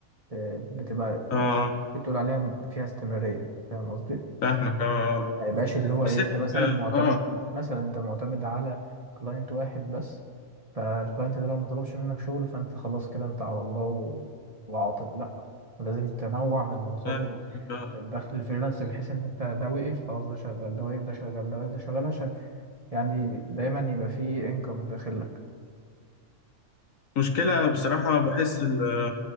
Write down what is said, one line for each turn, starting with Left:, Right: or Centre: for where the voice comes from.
Right: آه، بتبقى
Left: آه،
Right: بتقول عليها فيها استمرارية فاهم قصدي؟
Left: فاهمك اه
Right: ما يبقاش اللي هو
Left: بس
Right: ايه
Left: هي
Right: انت
Left: فكرة-
Right: مثلا معتمد
Left: اه
Right: مثلا انت معتمد على كلاينت واحد بس فالكلاينت ده لو ما طلبش منك شغل فانت خلاص كده انت على الله و... وعاطل لا ولازم تنوع من مصادر
Left: لا، فاهمك.
Right: الدخل الفريلانس بحيث ان انت ده وقف خلاص ده شغال ده وقف ده شغال ده وقف ده شغال عشان يعني دايما يبقى فيه انكم داخل لك
Left: مشكلة بصراحة بحس ال